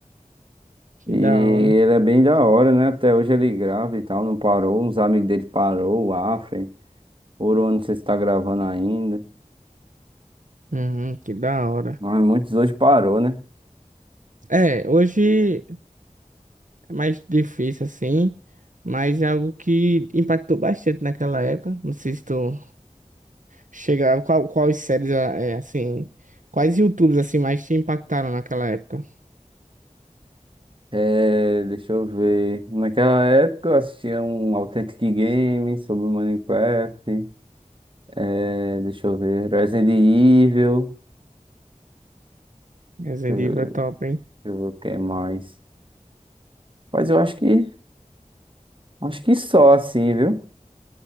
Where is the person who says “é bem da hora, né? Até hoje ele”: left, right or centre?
Right